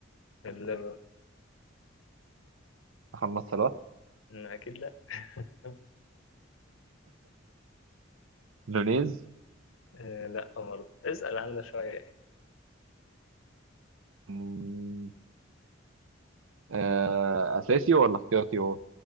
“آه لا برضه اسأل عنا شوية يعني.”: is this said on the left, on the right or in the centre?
Left